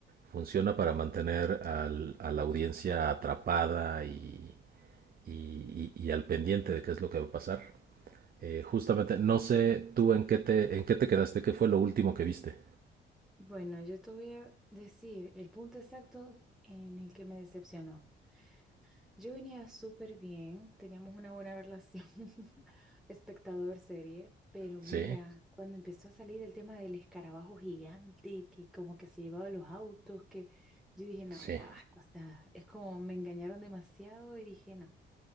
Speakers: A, on the right; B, in the centre.
A: Funciona para mantener al- a la audiencia atrapada y, y- y- y al pendiente de qué es lo que va a pasar. Eh, justamente, no sé tú en qué te, en qué te quedaste, qué fue lo último que viste.
B: Bueno, yo te voy a decir el punto exacto en el que me decepcionó. Yo venía súper bien, teníamos una buena relación, <laughs> espectador serie, pero
A: Sí,
B: mira, cuando empezó a salir el tema del escarabajo gigante, que como que se llevaba los autos, que yo dije, no,
A: sí.
B: ya basta, o sea, es como me engañaron demasiado y dije, no,